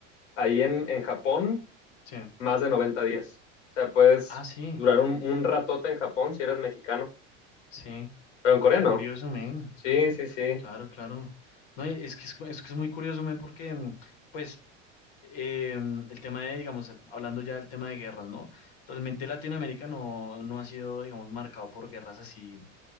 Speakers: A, on the left; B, on the left.
A: ahí en, en Japón
B: Sí.
A: más de 90 días. O sea, puedes
B: Ah, sí,
A: durar un, un ratote en Japón si eres mexicano,
B: sí.
A: pero en
B: Uy,
A: Corea
B: qué
A: no.
B: curioso, men.
A: Sí, sí, sí,
B: Claro, claro. No, y es que es, cu- es que es muy curioso, men, porque, mm, pues, em, el tema de, digamos, hablando ya del tema de guerras, ¿no? Realmente Latinoamérica no, no ha sido, digamos, marcado por guerras así